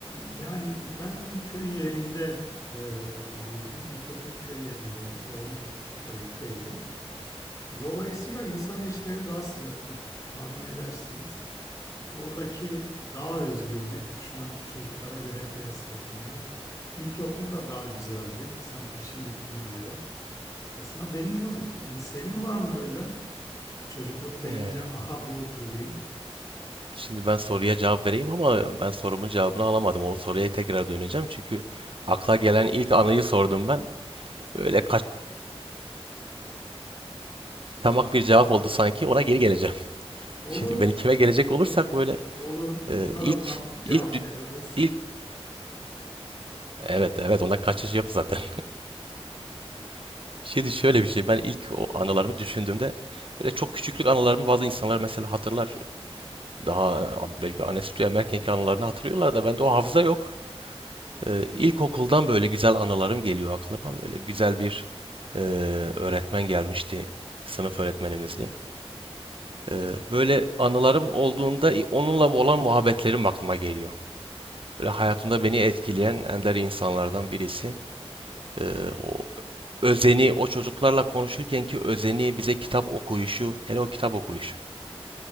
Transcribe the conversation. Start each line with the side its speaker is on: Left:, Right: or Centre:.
Left: Yani ben köy yerinde e, büyüdüm. İlkokul köy yerindeydi. Doğum da köydeydi. Dolayısıyla insan ilişkileri daha sıcaktır tahmin edersiniz. Oradaki daha özgürdük şu anki çocuklara göre kıyasladığımda. İlkokul da daha güzeldi sanki şimdikine göre. Aslında benim odur. Yani senin var mı öyle? Çocukluk deyince
Right: Ee,
Left: aha bu dediğin.
Right: şimdi ben soruya cevap vereyim ama ben sorumun cevabını alamadım. O soruya tekrar döneceğim çünkü akla gelen ilk anıyı sordum ben. Öyle kaçamak bir cevap oldu sanki. Ona geri geleceğim.
Left: Olur,
Right: Şimdi ben ikime gelecek
Left: olur,
Right: olursak böyle
Left: olur.
Right: e,
Left: Ona
Right: ilk
Left: da tam cevap
Right: ilk dü-
Left: veririz.
Right: ilk evet evet ondan kaçış yok zaten. <laughs> Şimdi şöyle bir şey ben ilk o anılarımı düşündüğümde böyle çok küçüklük anılarımı bazı insanlar mesela hatırlar. Daha belki anne sütü emerkenki anılarını hatırlıyorlar da bende o hafıza yok. E, ilkokuldan böyle güzel anılarım geliyor aklıma. Böyle güzel bir e, öğretmen gelmişti. Sınıf öğretmenimizdi. E, böyle anılarım olduğunda onunla olan muhabbetlerim aklıma geliyor. Böyle hayatımda beni etkileyen ender insanlardan birisi. Ee, o özeni, o çocuklarla konuşurken ki özeni bize kitap okuyuşu, hele o kitap okuyuşu.